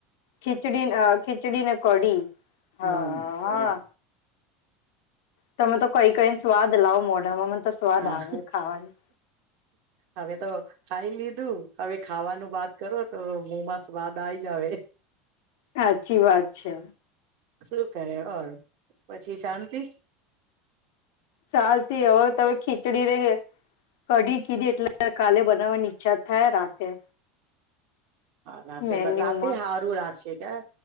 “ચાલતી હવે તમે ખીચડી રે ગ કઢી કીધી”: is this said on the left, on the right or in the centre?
Left